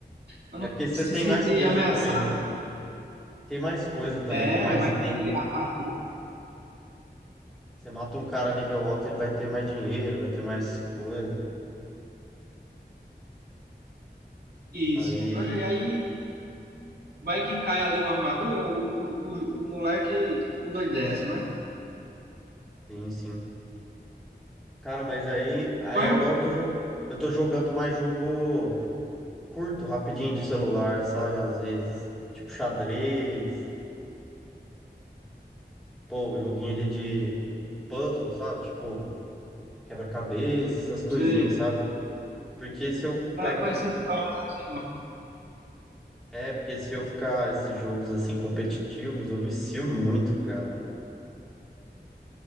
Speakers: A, on the right; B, in the centre.
A: Pra
B: é
A: não
B: porque você
A: se
B: tem
A: sentir
B: mais coisa
A: ameaçado.
B: também, né? Tem mais coisa também,
A: É,
B: tem mais
A: vai
B: item.
A: ali armar.
B: Você mata um cara nível alto, ele vai ter mais dinheiro, vai ter mais coisa.
A: Isso.
B: Aí,
A: E aí vai que cai ali uma armadura, o, o, o, o moleque endoidece, né?
B: sim, sim. Cara, mas aí, aí
A: Qual é
B: agora eu tô, jo- eu tô jogando mais jogo curto, rapidinho de celular, sabe? Às vezes, tipo xadrez, pô, joguinho ali de puzzle, sabe? Tipo, quebra-cabeça, essas coisinhas,
A: você?
B: sabe? Porque se eu
A: Para
B: pegar.
A: incentivar o raciocínio. lógico.
B: É, porque se eu ficar esses jogos assim competitivos, eu vicio muito, cara.